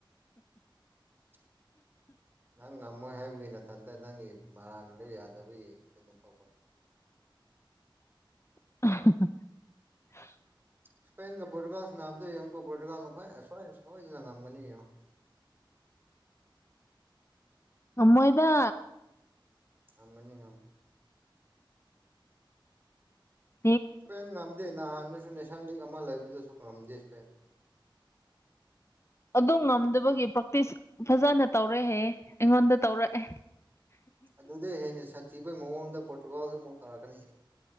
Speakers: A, on the right; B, on the left.
A: <inaudible> ꯅꯪ ꯉꯝꯃꯣꯏ ꯍꯥꯏꯕꯒꯤ ꯃꯊꯟꯇ ꯅꯪꯒꯤ ꯃꯔꯥꯡꯗ ꯌꯥꯗꯕꯒꯤ ꯀꯩꯅꯣꯝ ꯇꯧꯕꯅꯤ <inaudible>
B: <inaudible>
A: ꯏꯁꯄꯦꯟꯒ ꯄꯣꯔꯇꯨꯒꯜꯁ ꯅꯥꯕꯗ ꯌꯦ ꯑꯃꯨꯛꯀ ꯄꯣꯔꯇꯨꯒꯥꯜꯅꯈꯣꯏ ꯑꯁꯣꯏ ꯑꯁꯣꯏꯗꯅ ꯉꯝꯒꯅꯤ ꯌꯦꯡꯉꯣ <inaudible>
B: ꯑꯃꯗ
A: ꯑ ꯃꯅꯤꯉ
B: ꯎꯝ
A: ꯁꯄꯦꯟ ꯉꯝꯗꯅꯍꯥꯟ ꯅꯦꯁꯅꯦꯜ ꯂꯤꯛ ꯑꯃ ꯂꯩꯕꯗꯨꯁꯨ ꯉꯥꯝꯗꯦ ꯐꯩ
B: ꯑꯗꯨ ꯉꯝꯗꯕꯒꯤ ꯄ꯭ꯔꯥꯛꯛꯇꯤꯁ ꯐꯖꯅ ꯇꯧꯔꯦꯍꯌꯦ ꯑꯩꯉꯣꯟꯗ ꯇꯧꯔꯛꯑꯦ
A: ꯑꯗꯨꯗ ꯍꯦꯟꯅ ꯁꯥꯊꯤꯕꯩ ꯃꯑꯣꯡꯗ ꯄꯣꯔꯇꯨꯒꯥꯜ ꯑꯃꯨꯛ ꯇꯧꯔꯛꯀꯅꯤ